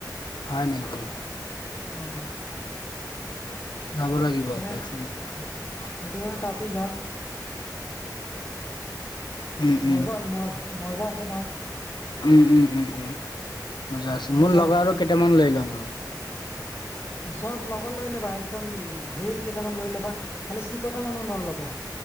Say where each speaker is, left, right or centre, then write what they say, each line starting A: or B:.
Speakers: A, on the left; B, on the left.
A: হয় নেকি?
B: অহ,
A: যাব লাগিব আকৌ
B: ইয়াত
A: এ <unintelligible>
B: সেইটো কাৰণে তাতে যাম
A: উম উম
B: মজা মই। মজা আছে নহয়।
A: উম, উম, উম, উম, মজা আছে
B: বুজিছা
A: মোৰ লগৰ আৰু কেইটামান লৈ লম আৰু।
B: চব, লগৰ লৈ ল'বা একদম ধেৰ কেইটামান লৈ ল'বা, খালি চিকটা মানো নল'বা।